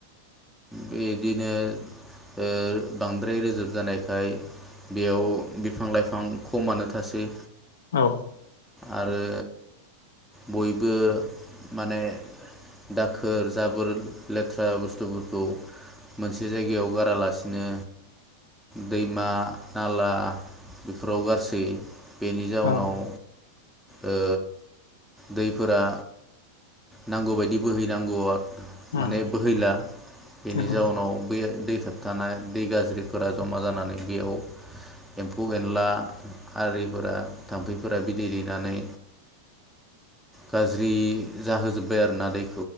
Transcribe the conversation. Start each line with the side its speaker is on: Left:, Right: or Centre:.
Centre: बिदिनो ओ बांद्राय रोजोब जानायखाय बेयाव बिफां लाइफां खमानो थासै।
Left: औ।
Centre: आरो बयबो माने दाखोर जाबोर लेथ्रा बुस्थुफोरखौ मोनसे जायगायाव गारालासिनो दैमा नाला बेफोराव गारसै। बेनि जाउनाव
Left: औ
Centre: ओ दैफोरा नांगौबायदि बोहैनांगौआ
Left: उम
Centre: माने बोहैला बेनि
Left: औ
Centre: जाउनाव बे दै थाबथानाय दै गाज्रिफोरा जमा जानानै बेयाव एम्फौ एनला आरिफोरा थामफै फोरा बिदै दैेनानै गाज्रि जाहोजोब्बाय आरोना दै